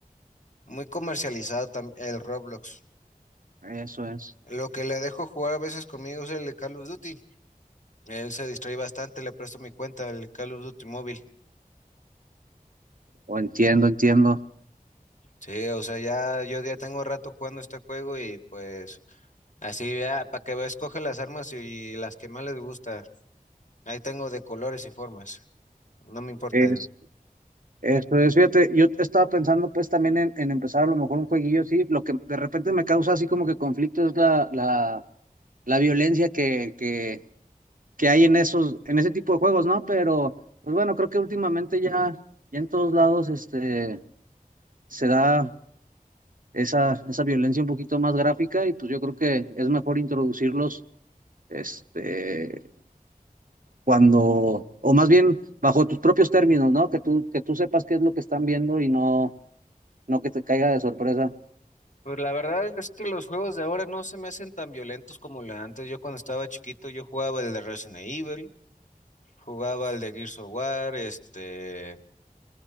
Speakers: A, on the left (about 55°); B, on the right (about 65°).
A: muy comercializado tam- el Roblox.
B: Eso es,
A: Lo que le dejo jugar a veces conmigo es el de Call of Duty. Él se distrae bastante, le presto mi cuenta, el Call of Duty móvil.
B: o entiendo, entiendo.
A: Sí, o sea, ya yo ya tengo rato jugando este juego y pues así ya, para que veas, escoge las armas y las que más les gusta. Ahí tengo de colores y formas. No me importa.
B: Es, eso es, fíjate, yo estaba pensando pues también en, en empezar a lo mejor un jueguillo así, lo que de repente me causa así como que conflicto es la, la, la violencia que, que, que hay en esos, en ese tipo de juegos, ¿no? Pero, pues bueno, creo que últimamente ya, ya en todos lados, este, se da esa, esa violencia un poquito más gráfica y pues yo creo que es mejor introducirlos este, cuando, o más bien bajo tus propios términos, ¿no? Que tú, que tú sepas qué es lo que están viendo y no, no que te caiga de sorpresa.
A: Pues la verdad es que los juegos de ahora no se me hacen tan violentos como lo de antes. Yo cuando estaba chiquito yo jugaba el de Resident Evil, jugaba el de Gears of War, este,